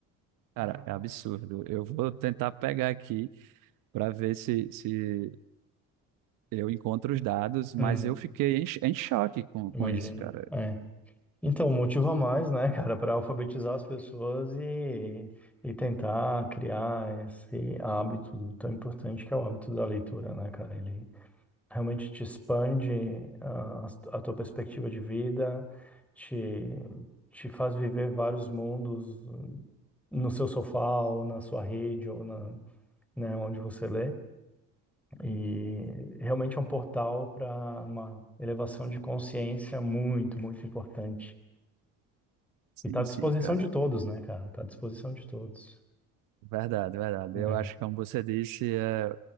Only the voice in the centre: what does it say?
Uhum,
imagino.
É. Então, motivo a mais, né, <laughs> cara, para alfabetizar as pessoas e, e tentar criar esse hábito tão importante que é o hábito da leitura, né, cara? Ele realmente te expande a, a tua perspectiva de vida, te, te faz viver vários mundos no seu sofá, ou na sua rede, ou na, né, onde você lê, e realmente é um portal para uma elevação de consciência muito, muito importante.
E está à disposição
de todos, né, cara? Está à disposição de todos.
É.